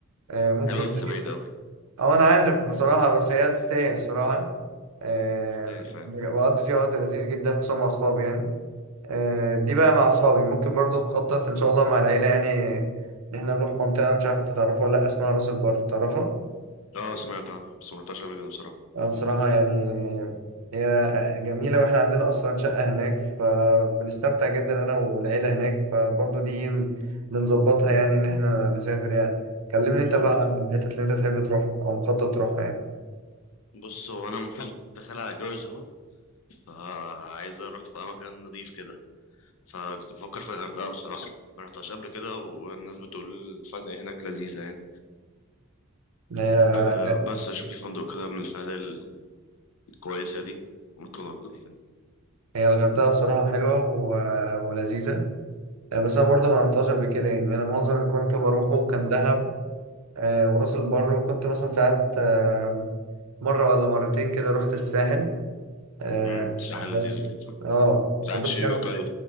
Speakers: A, on the right; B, on the left.
A: آه ممكن
B: حلو بس
A: بقى
B: بعيد
A: ايه
B: قوي
A: اه انا عارف بصراحه بس هي تستاهل الصراحه آه
B: تستاهل فعلا
A: بج- بقضي فيها وقت لذيذ جدا خصوصا مع اصحابي يعني آه، دي بقى مع اصحابي ممكن برضو بخطط ان شاء الله مع العيله يعني ان احنا نروح منطقه مش عارف انت تعرفها ولا لا اسمها راس البر تعرفها
B: اه سمعت عنها بس ما رحتهاش قبل كده بصراحه
A: أنا بصراحه يعني هي جميله واحنا عندنا اصلا شقه هناك فبنستمتع جدا انا والعيله هناك فبرضو دي بنظبطها يعني ان احنا نسافر يعني كلمني انت
B: حلو
A: بقى عن
B: ده
A: الحتت اللي انت تحب تروح او مخطط تروحها يعني
B: بص هو انا المفروض داخل على جواز اهو فعايز اروح بقى مكان نضيف كده فكنت بفكر في الغردقه بصراحه ما رحتهاش قبل كده والناس بتقول الفنادق هناك لذيذه يعني
A: هي
B: أه بس اشوف لي فندق كده من الفنادق الكويسه دي ممكن اروح يعني
A: هي الغردقه بصراحه حلوه و... ولذيذه آه، بس انا برضه ما رحتهاش قبل كده يعني انا معظم اللي كنت بروحه كان دهب آه، وراس البر وكنت مثلا ساعات آه، مرة ولا مرتين كده رحت الساحل آه،
B: امم الساحل
A: بس
B: لذيذ برضه.
A: اه
B: ساحل
A: كان بس
B: شيرة
A: كان
B: طيب